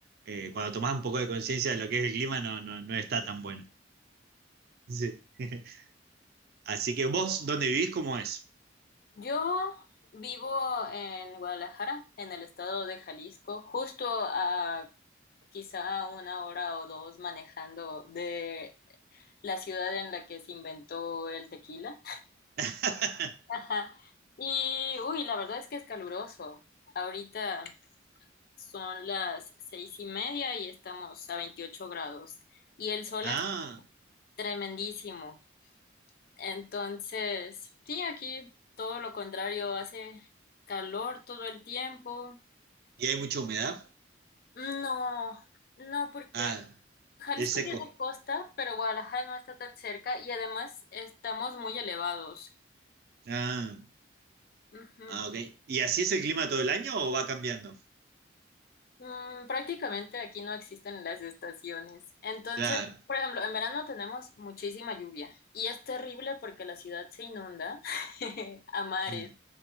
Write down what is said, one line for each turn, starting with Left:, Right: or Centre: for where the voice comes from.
Right: eh, cuando tomás un poco de conciencia de lo que es el clima, no, no, no está tan bueno. Sí. <laughs> Así que vos, ¿dónde vivís? ¿Cómo es?
Left: Yo vivo en Guadalajara, en el estado de Jalisco, justo a quizá una hora o dos manejando de la ciudad en la que se inventó el tequila.
Right: <laughs>
Left: Ajá. Y, uy, la verdad es que es caluroso. Ahorita son las seis y media y estamos a 28 grados. Y el sol
Right: Ah.
Left: es tremendísimo. Entonces, sí, aquí todo lo contrario, hace calor todo el tiempo.
Right: ¿Y hay mucha humedad?
Left: No, no, porque
Right: Ah,
Left: Jalisco
Right: es seco.
Left: tiene costa, pero Guadalajara no está tan cerca y además estamos muy elevados.
Right: Ah,
Left: Ujú.
Right: ah, ok. ¿Y así es el clima todo el año o va cambiando?
Left: Mm, prácticamente aquí no existen las estaciones. Entonces,
Right: Claro.
Left: por ejemplo, en verano tenemos muchísima lluvia y es terrible porque la ciudad se inunda <laughs> a mares.
Right: Mm.